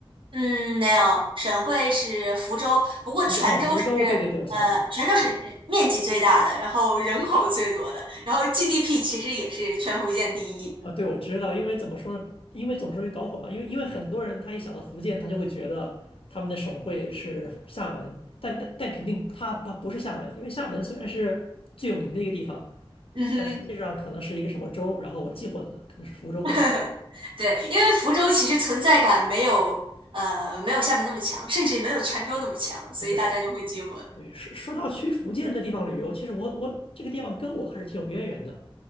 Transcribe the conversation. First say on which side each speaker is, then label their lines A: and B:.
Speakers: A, on the right (about 60°); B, on the left (about 75°).
A: 嗯，没有，省会是福州，不过泉州是
B: 福州哦，福州，对对对，我想起来了，
A: 呃泉州是面积最大的，
B: 我知
A: 然后人口最多的，然后 GDP 其实也是全福建第一。
B: 啊，对，我知道，因为怎么说呢？因为总是容易搞混嘛，因为因为很多人他一想到福建，他就会觉得他们的省会是厦门，但但但肯定他他不是厦门，因为厦门虽然是最有名的一个地方，
A: 嗯哼。
B: 但实际上可能是一个什么州，然后我记混了，可能是福州或者泉
A: <laughs> 对，因为福州其实存在感没有呃没有厦门那么强，甚至也没有泉州那么强，所以大家就会记混。
B: 啊，对对，说说到去福建的地方旅游，其实我我这个地方跟我还是挺有渊源的。